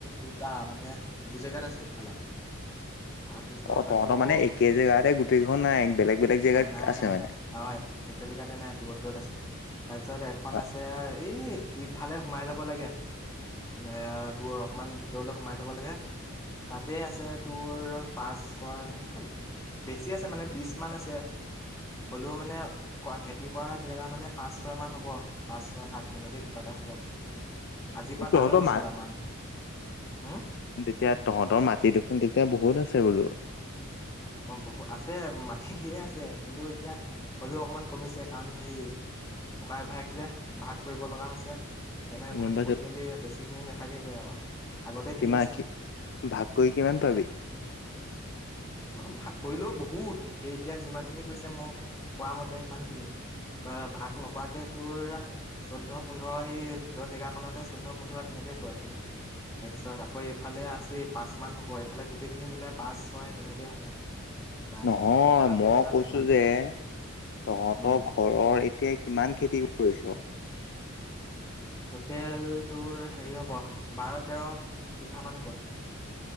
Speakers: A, on the left; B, on the left.
A: দুটা মানে দু জেগাত আছে সেইফালে। তাৰপিছত
B: অ', তহঁতৰ
A: আকৌ
B: মানে
A: অ',
B: একে জেগাতে গোটেইকেইখন নাই বেলেগ বেলেগ জেগাত
A: নাই
B: আছে
A: নাই
B: মানে।
A: নাই হয়। একে জেগাতে নাই দূৰত দূৰত আছে। তাৰপিছত এখন
B: অ',
A: আছে এই ইফালে সোমাই যাব লাগে। এ দূৰ অলপমান ভিতৰলৈ সোমাই যাব লাগে। তাতে আছে তোৰ পাঁচ ছয় বেছি আছে মানে বিশ মান আছে, হ'লেও মানে ক খেতি কৰা জেগা মানে পাঁচ ছয় মান হ'ব পাঁচ ছয় সাত তেনেকে কিবা এটা হ'ব। আজিৰ পৰা
B: তহঁতৰ
A: তালৈ গৈছে
B: মা
A: আমান। হম
B: এতিয়া তহঁতৰ মাটি দেখোন তেতিয়া বহুত আছে বোলো।
A: অ', বহুত আছে মাটি ঢে আছে, কিন্তু এতিয়া হলেও অকমান কমিছে। কাৰণ সেই ককায়েক ভাইয়েক যে ভাগ কৰিব লগা হৈছে। সেইকাৰণে ভাগ
B: গম পাইছোঁ
A: কৰি মেলি বেছি খিনি নাথাকেগৈ আৰু আগতে
B: কিমান
A: ঢেৰ আছিলে।
B: কি ভাগ কৰি কিমান পাবি?
A: অ' ভাগ কৰিলেও বহুত এ এতিয়া যিমান খিনি কৈছে মোক কোৱা মতে সিমান খিনি। ত' ভাগ নকৰাকে তোৰ চৈধ্য পোন্ধৰ সেই ভিতৰ জেগাখনতে চৈধ্য পোন্ধৰ তেনেকে কৰে খেতি। তাৰ পিছত আকৌ এইফালে আছে পাঁচ মান হ'ব এইফালে গোটেই খিনি মিলাই পাঁচ ছয়। তেনেকেই হ'ব। কিবা এটা
B: নহয়
A: ভালকে
B: মই
A: নাজানো
B: কৈছো
A: ইমান
B: যে তহঁতক
A: উম
B: ঘৰৰ এতিয়া কিমান খেতি কৰিছ?
A: ট'টেল তোৰ হেৰি হ'ব, বাৰ তেৰ বিঘা মান হ'ব।